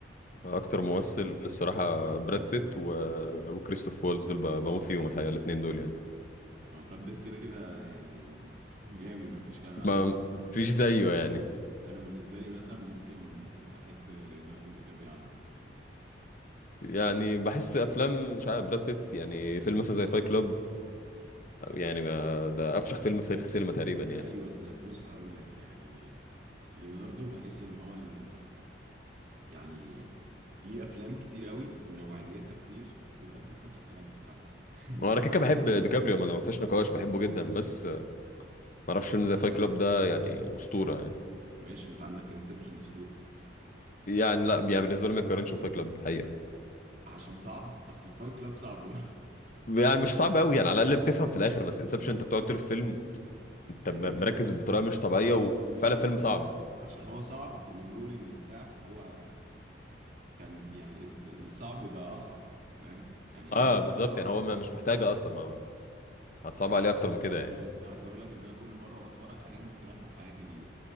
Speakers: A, on the left; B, on the right.
A: اكتر ممثل الصراحة براد بيت و... وكريستوف وولدز دول ب- بموت فيهم الحقيقة الاتنين دول يعني
B: هو براد بيت كده كده يعني <laughs> جامد مفيش كلام عليه
A: ما
B: بس انا
A: فيش زيه يعني
B: انا بالنسبه لي مثلا ممكن احب ليوناردو دي كابري عنه
A: يعني بحس افلام مش عارف براد بيت يعني فيلم مثلا زي فايت كلوب يعني ما ده افشخ فيلم في تاريخ السينما تقريبا يعني
B: ايوه بس بص هقول لك يعني ليوناردو بحس ان هو ال- يعني ليه افلام كتير قوي ونوعيتها كتير وبراد بيت نفس الكلام الصراحه <laughs> بس
A: وانا كده
B: إن
A: كده
B: هو
A: بحب
B: مثلا-
A: ديكابريو ما ما فيش نقاش بحبه جدا بس ما اعرفش فيلم زي فايت كلاب ده يعني اسطوره يعني
B: ماشي انت عندك انسبشن اسطوره
A: يعني لا يعني بالنسبه لي ما يقارنش بفايت كلاب الحقيقه
B: عشان صعب اصل فايت كلاب صعب برضه
A: يعني مش صعب قوي يعني على الاقل بتفهم في الاخر بس انسبشن انت بتقعد طول الفيلم
B: <laughs>
A: انت
B: ايوه
A: م-
B: ما هي
A: مركز
B: بص
A: بطريقه مش طبيعيه
B: هو عشان
A: وفعلا
B: غالبا
A: فيلم صعب
B: يعني عشان هو صعب ونولن وبتاع فهو كان يعني الد- الصعب بقى اصعب فاهم يعني هي
A: اه
B: الفكره
A: بالظبط
B: صعبه
A: يعني هو
B: ويعني
A: ما مش محتاجه اصلا ما ما- هتصعب عليه اكتر
B: انا
A: من كده
B: انا
A: يعني
B: عايز اقول لك ان انا كل مره بتفرج عليه ممكن افهم حاجات جديده